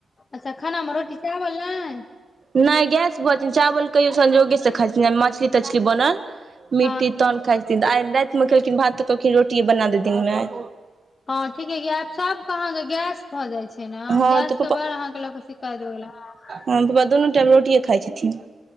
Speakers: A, on the left; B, on the right.
A: अच्छा खाना मे रोटी चावल नैय
B: नैय गैस भऽजऽ जैन, चावल कहियो संजोगेसे खाइ छथिन मछली-तछली बनल। मीट-तीट
A: हँ
B: तहन खाइ छथिन आइ रातिमे खयलखिन भात तऽ कहलखिन रोटि बना देथिनमे दिन में आइ
A: हां ठीक ये क आब सबके अहाँके गैस भऽ जाइ छैय नैय
B: हँ
A: गैस
B: तऽ
A: के बर अहाँके लऽ के शिकायत भए गेल हां।
B: हां पप्पा दुनू टाइम रोटिए खाइ छथिन।